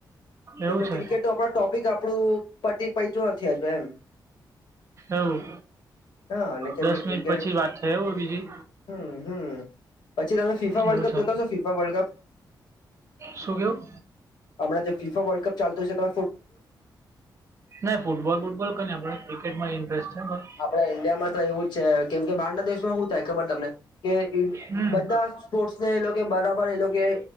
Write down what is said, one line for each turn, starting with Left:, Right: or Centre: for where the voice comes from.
Left: તમે
Right: એવું છે
Left: ક્રિકેટ આપ ટોપિક આપણું પત્યું નથી હજુ એમ.
Right: એવું
Left: હા અને કેમ
Right: દસ
Left: કે ક્રિકેટ
Right: મિનિટ પછી વાત થાય એવું બીજી
Left: હમ હમ પછી તમે ફીફા વર્લ્ડ
Right: એવું
Left: કપ
Right: છે
Left: જોતાવશો ફીફા વર્લ્ડ કપ?
Right: શું કેવું?
Left: હમણાં જે ફીફા વલ્ડ કપ ચાલતું છે તે.
Right: ના ફૂટબોલ વુટબોલ કઈ નહીં આપડને ક્રિકેટ માં ઇન્ટરેસ્ટ. છે બસ.
Left: આપણા ઈન્ડિયામાં તો એવું જ છે કેમ કે બહારના દેશમાં શું થાય ખબર તમને? કે
Right: હમ
Left: બધા સ્પોર્ટ્સને એ લોકો બરાબર એ લોકો